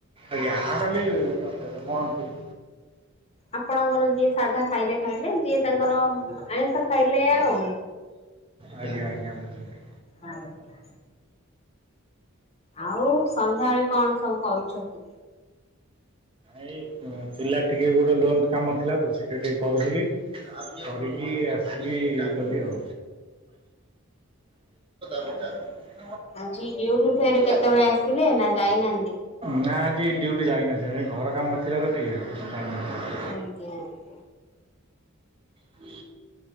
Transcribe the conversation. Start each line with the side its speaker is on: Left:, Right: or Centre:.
Right: ଆଜ୍ଞା ଆଉ ଖାଲି ଅଠଶ ମନ୍ଥଲି।
Left: ଆପଣଙ୍କର ଯିଏ ସାଧା ଖାଇଲେ ଖାଇଲେ ଯିଏ ତାଙ୍କର ଆଇଁଷ ଖାଇଲେ ଆଉ।
Right: ଆଜ୍ଞା ଆଜ୍ଞା ବୁଝିଲି।
Left: ଆଗ୍ୟା। ଆଉ ସନ୍ଧ୍ୟାବେଳେ କଣ ସବୁ କରୁଚନ୍ତି?
Right: ଏଇ ପିଲା ଟିକେ ଗୋଟେ ଲୋନ୍ କାମ ଥିଲା ତ ସେଇଟା ଟିକେ କରୁଥିଲି। କରିକି ଆସିକି ଇଏ କଲି ଆଉ। <unintelligible>
Left: ଆଜି ଡ୍ୟୁଟି ଫେରେ
Right: ତାପରେ
Left: କେତେବେଳେ ଆସିଲେ ନା ଯାଇନାହାନ୍ତି?
Right: ନା ଆଜି ଡ୍ୟୁଟି ଯାଇନଥିଲ ଘର କାମ ଥିଲା ତ ଟିକେ <unintelligible>
Left: ଆଜ୍ଞା।
Right: ହୁଁ